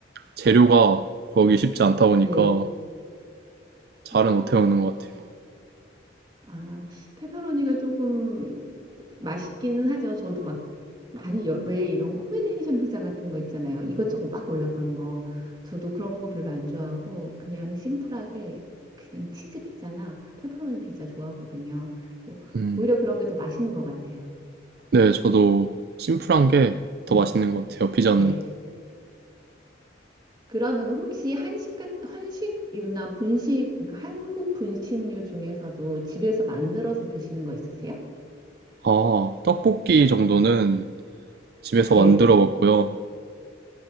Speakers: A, on the right; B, on the right.
A: 재료가 구하기 쉽지 않다 보니까
B: 네.
A: 잘은
B: 아,
A: 못해 먹는 것 같아요.
B: 아, 페퍼로니가 조금 맛있기는 하죠. 저도 막 많이 여- 왜 이런 콤비네이션 피자 같은 거 있잖아요. 이것저것 막 올라간 거. 저도 그런 거 별로 안 좋아하고 그냥 심플하게 그냥 치즈 피자나 페퍼로니 피자 좋아하거든요.
A: 음,
B: 오히려 그런 게 더 맛있는 것 같아요.
A: 네, 저도 심플한 게 더
B: 음,
A: 맛있는 것 같아요, 피자는.
B: 네. 그러면 혹시 한식, 같- 한식류나 분식, 그러니까 한국 분식류 중에서도 집에서 만들어서 드시는 거 있으세요?
A: 아, 떡볶이 정도는 집에서
B: 네.
A: 만들어 먹고요.